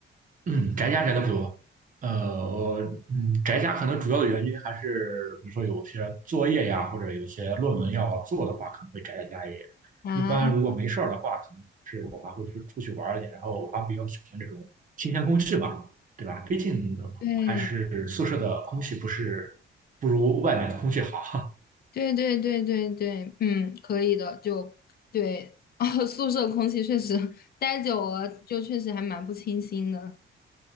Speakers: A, on the right; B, on the left.
A: 嗯，宅家宅的不多。呃，我嗯，宅家可能主要的原因还是，比如说有些作业呀，或者有些论文要做的话，可能会宅在家里。
B: 啊，
A: 一般如果没事儿的话，可能是我还会出出去玩儿一点。然后我还比较喜欢这种新鲜空气吧，对吧？毕竟还是宿舍的空气不是
B: 对。
A: 不如外面的空气好。<laughs>
B: 对对对对对，嗯，可以的，就对，<laughs> 哦，宿舍空气确实待久了，就确实还蛮不清新的。